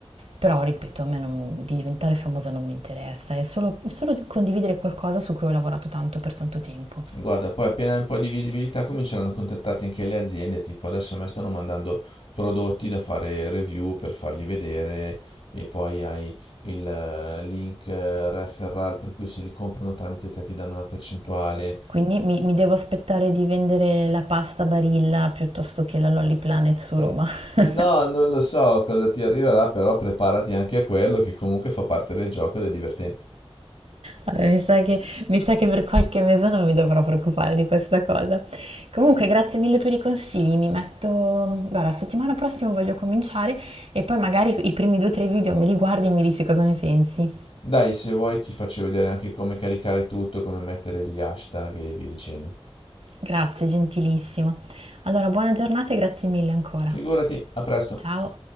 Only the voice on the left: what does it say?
Guarda, poi appena hai un po' di visibilità cominceranno a contattarti anche le aziende, tipo adesso a me stanno mandando prodotti da fare review per farli vedere e poi hai il eh, link eh, referral per cui se li comprano tramite te ti danno una percentuale.
Mm,
No, non lo so cosa ti arriverà, però preparati anche a quello che comunque fa parte del gioco ed è divertente.
Dai, se vuoi ti faccio vedere anche come caricare tutto, come mettere gli hashtag e via dicendo.
Figurati, a presto.